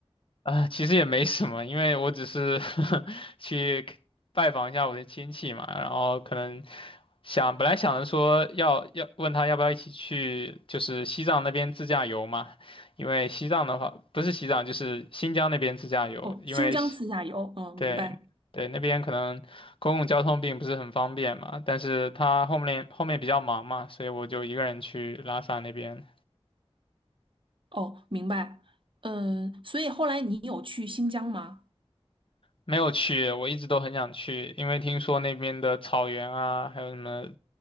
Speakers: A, on the left; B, on the right.
A: 啊，其实也没什么，因为我只是 <laughs> 去拜访一下我的亲戚嘛，然后可能想本来想着说要要问他要不要一起去，就是西藏那边自驾游嘛，因为西藏的话不是西藏就是新疆那边自驾游，
B: 哦，
A: 因为西
B: 新疆自驾游，嗯，
A: 对对那边可能公共交通并不是很方便嘛，
B: 明白。
A: 但是他后面后面比较忙嘛，所以我就一个人去拉萨那边。
B: 哦，明白。嗯，所以后来你有去新疆吗？
A: 没有去，我一直都很想去，因为听说那边的草原啊，还有什么